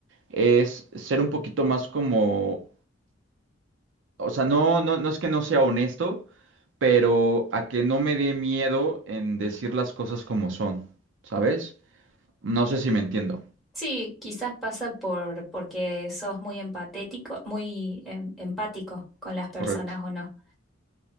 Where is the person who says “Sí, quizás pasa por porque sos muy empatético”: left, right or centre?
Centre